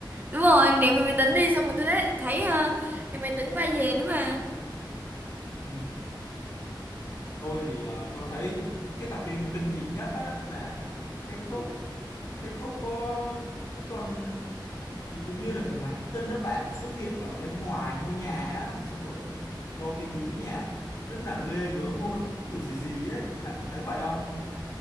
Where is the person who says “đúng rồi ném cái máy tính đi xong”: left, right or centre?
Right